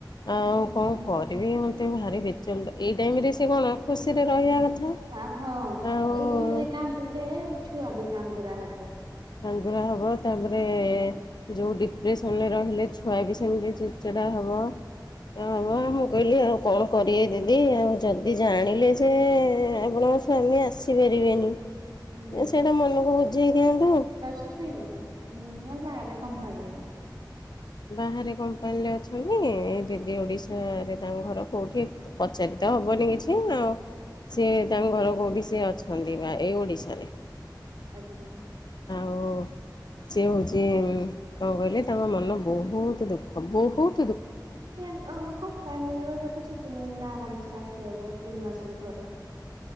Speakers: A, on the left (about 65°); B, on the right (about 85°).
A: ଆଉ
B: ହୁଁ
A: କଣ କରିବି ମୋତେ ଭାରି ବି ଚଳିତ ଏଇ ଟାଇମ୍ ରେ ସେ କଣ ଖୁସିରେ ରହିବା
B: ହୁଁ।
A: କଥା?
B: ଆ ହଁ
A: ଆଉ
B: ଏଇ ଟାଇମ ରେ କାନ୍ଦିବେ ଛୁଆ ବି କାନ୍ଦରା ହବ।
A: <unintelligible> ହବ ତାପରେ ଯେଉ ଡିପ୍ରେସନରେ ରହିଲେ, ଛୁଆ ବି ସେମିତି ଚିଡ଼ଚିଡ଼ା ହେବ। ଇ
B: ହୁଁ
A: ଏ ହବ ଆମ୍ କହିଲି ଆଉ କଣ କରିବେ ଦିଦି ଆଉ ଯଦି ଜାଣିଲେ ଯେ ଆପଣଙ୍କ ସ୍ୱାମୀ ଆସି ସିପାରିବେନି।
B: ହୁଁ
A: ସେଇଟା ମନକୁ ବୁଝେଇ ଦିଅନ୍ତୁ।
B: <unintelligible> ମୁଁ ବାହାରେ କମ୍ପାନୀ ରେ।
A: ବାହାରେ କମ୍ପାନୀରେ ଅଛନ୍ତି, ଏ ଦିଦି ଓଡିଶାରେ ତାଙ୍କ ଘର କେଉଠି ପଚାରି ତ ହବନି କିଛି ଆଉ। ସିଏ ତାଙ୍କ ଘର କୋଉଠି ସିଏ ଅଛନ୍ତି ବା ଏଇ ଓଡ଼ିଶାରେ।
B: ଆଜ୍ଞା।
A: ଆଉ ସିଏ ହେଉଛି କଣ କହିଲେ ତାଙ୍କ ମନ ବହୁତ ଦୁଃଖ ବହୁତ୍
B: ଦେଇଦେଇଛି? <unintelligible> କମ୍ପାନୀରେ ରହିଲେ ତ ଛୁଟି ନେଇକିନା ଆରାମ୍ସେରେ ଆସି ହବ ତିନି ମାସକୁ ଥରେ।